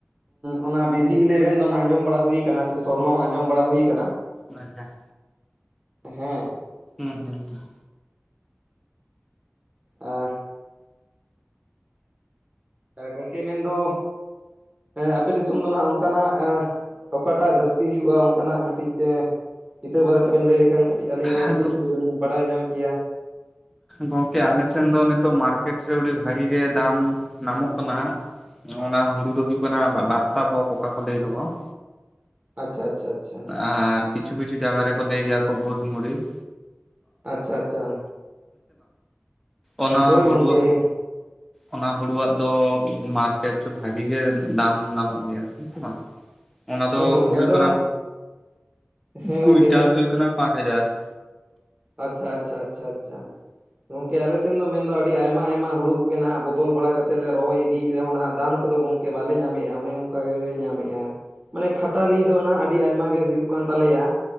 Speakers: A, on the right; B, in the centre.
A: ᱚᱱᱟ ᱵᱤᱵᱷᱤ ᱤᱞᱮᱵᱷᱮᱱ ᱫᱚ ᱦᱟᱸᱜ ᱟᱸᱡᱚᱢ ᱵᱟᱲᱟ ᱦᱩᱭ ᱟᱠᱟᱱᱟ ᱾ ᱥᱮ ᱥᱚᱨᱱᱚ ᱦᱚᱸ ᱟᱸᱡᱚᱢ ᱵᱟᱲᱟ ᱦᱩᱭ ᱟᱠᱟᱱᱟ ᱾
B: ᱟᱪᱪᱷᱟ ᱾
A: ᱦᱮᱸ ᱾
B: ᱦᱩᱸ ᱦᱩᱸ ᱦᱩᱸ
A: ᱮᱸᱻ ᱜᱚᱝᱠᱮ ᱢᱮᱱ ᱫᱚ ᱟᱯᱮ ᱫᱤᱥᱚᱢ ᱫᱚ ᱱᱷᱟᱜ ᱚᱱᱠᱟ ᱱᱟᱜ ᱚᱠᱟ ᱴᱟᱜ ᱡᱟᱹᱥᱛᱤ ᱦᱩᱭᱩᱜᱼᱟ ᱚᱱᱠᱟ ᱱᱟᱜ ᱢᱤᱫ ᱴᱤᱡ ᱤᱛᱟᱹ ᱵᱟᱨᱮ ᱛᱮ ᱵᱮᱱ ᱞᱟᱹᱭ ᱞᱮᱠᱷᱟᱱ ᱠᱟᱹᱴᱤᱡ ᱟᱹᱞᱤᱧ ᱦᱚᱸ
B: ᱦᱩᱸ
A: ᱠᱟᱹᱴᱤᱡ ᱞᱤᱧ ᱵᱟᱲᱟᱭ ᱧᱟᱢ ᱠᱮᱭᱟ ᱾
B: ᱜᱚᱝᱠᱮ ᱟᱞᱮ ᱥᱮᱱ ᱫᱚ ᱱᱤᱛᱚᱜ ᱢᱟᱨᱠᱮᱴ ᱨᱮ ᱟᱹᱰᱤ ᱵᱷᱟᱹᱜᱤ ᱜᱮ ᱫᱟᱢ ᱧᱟᱢᱚᱜ ᱠᱟᱱᱟ ᱾ ᱚᱱᱟ ᱦᱳᱲᱳ ᱫᱚ ᱦᱩᱭᱩᱜ ᱠᱟᱱᱟ ᱵᱟ ᱵᱟᱫᱥᱟ ᱠᱚ ᱠᱚᱠᱟ ᱠᱚ ᱞᱟᱹᱭ ᱫᱚᱠᱚ ᱾
A: ᱟᱪᱪᱷᱟ ᱟᱪᱪᱷᱟ ᱟᱪᱪᱷᱟ
B: ᱟᱨ ᱠᱤᱪᱷᱩ ᱠᱤᱪᱷᱩ ᱡᱟᱭᱜᱟ ᱨᱮᱠᱚ ᱞᱟᱹᱭ ᱜᱮᱭᱟ ᱠᱚ ᱵᱷᱩᱛ ᱢᱩᱲᱤ ᱾
A: ᱟᱪᱷᱟ ᱟᱪᱷᱟ
B: ᱚᱱᱟ
A: ᱦᱚᱭ
B: ᱦᱩᱲᱩᱣᱟᱜ
A: ᱜᱚᱝᱠᱮ ᱾
B: ᱚᱱᱟ ᱦᱳᱲᱳᱣᱟᱜ ᱫᱚ ᱢᱟᱨᱠᱮᱴ ᱨᱮ ᱵᱷᱟᱹᱜᱤ ᱜᱮ ᱫᱟᱢ ᱧᱟᱢᱚᱜ ᱜᱮᱭᱟ ᱦᱮᱸ ᱥᱮ ᱵᱟᱝ ᱾ ᱚᱱᱟ ᱫᱚ
A: ᱦᱮᱸ ᱜᱚᱝᱠᱮ
B: ᱦᱩᱭᱩᱜ
A: ᱟᱫᱚ
B: ᱠᱟᱱᱟ
A: ᱦᱮᱸ
B: ᱠᱩᱭᱮᱱᱴᱟᱞ
A: ᱜᱚᱝᱠᱮ
B: ᱦᱩᱭᱩᱜ ᱠᱟᱱᱟ ᱯᱟᱸᱪ ᱦᱟᱡᱟᱨ ᱾
A: ᱟᱪᱷᱟ ᱟᱪᱷᱟ ᱟᱪᱷᱟ ᱟᱪᱷᱟ ᱾ ᱜᱚᱝᱠᱮ ᱟᱞᱮ ᱥᱮᱱ ᱫᱚ ᱢᱮᱱᱫᱚ ᱟᱹᱰᱤ ᱟᱭᱢᱟ ᱟᱭᱢᱟ ᱦᱳᱲᱳ ᱠᱚᱜᱮ ᱱᱷᱟᱜ ᱵᱚᱫᱚᱞ ᱵᱟᱲᱟ ᱠᱟᱛᱮᱫ ᱞᱮ ᱨᱚᱦᱚᱭ ᱤᱫᱤᱭᱮᱫ ᱨᱮᱦᱚᱸ ᱱᱷᱟᱜ ᱫᱟᱢ ᱠᱚᱫᱚ ᱜᱚᱢᱠᱮ ᱵᱟᱞᱮ ᱧᱟᱢᱮᱫ-ᱟ ᱚᱱᱮ ᱚᱱᱠᱟ ᱜᱮᱞᱮ ᱧᱟᱢᱮᱫ-ᱟ ᱾ ᱢᱟᱱᱮ ᱠᱷᱟᱴᱟᱞᱤ ᱫᱚ ᱱᱷᱟᱜ ᱟᱹᱰᱤ ᱟᱭᱢᱟ ᱜᱮ ᱦᱩᱭᱩᱜ ᱠᱟᱱ ᱛᱟᱞᱮᱭᱟ